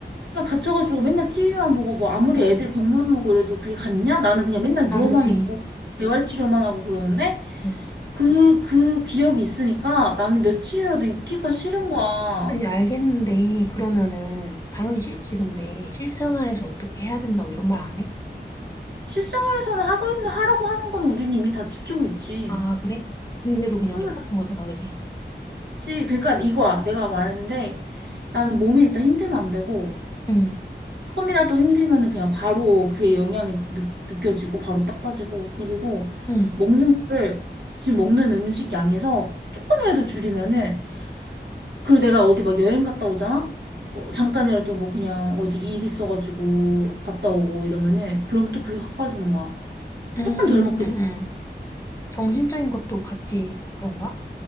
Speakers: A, on the right; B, on the left.
A: 그냥 갇혀가지고 맨날 TV만 보고 뭐 아무리
B: 응,
A: 애들 병문 오고 이래도 그게 같냐? 나는 그냥 맨날
B: 다르지.
A: 누워만 있고 재활치료만 하고 그러는데
B: 응.
A: 그, 그 기억이 있으니까 나는 며칠이라도 있기가 싫은 거야.
B: 아니, 알겠는데, 그러면은, 당연히 싫지, 근데, 실생활에서 어떻게 해야 된다고 이런 말 안 해?
A: 실생활에서는 하고 있는, 하라고 하는 건 우린 이미 다 지키고 있지.
B: 아, 그래? 근데도 그냥
A: 응.
B: 똑같은 거잖아, 그지?
A: 그치. 그러니까 이거야. 내가 말했는데 나는 몸이 일단 힘들면 안 되고
B: 응,
A: 조금이라도 힘들면은 그냥 바로 그게 영향이 느, 느껴지고 바로 딱 빠지고 그리고
B: 응,
A: 먹는 거를 지금 먹는 음식 양에서 조금이라도 줄이면은 그리고 내가 어디 막 여행 갔다 오잖아? 어, 잠깐이라도 뭐 그냥 어디 일 있어가지고 갔다 오고 이러면은 그러면 또 그게 확 빠지는 거야.
B: 응,
A: 조금 덜 먹게
B: 응,
A: 돼.
B: 응. 정신적인 것도 같이 그런가?